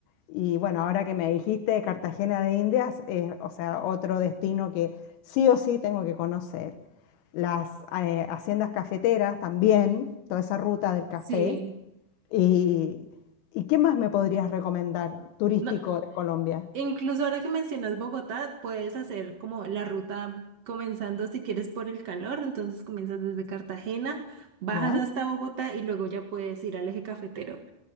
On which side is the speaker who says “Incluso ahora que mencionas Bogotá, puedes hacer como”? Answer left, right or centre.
Right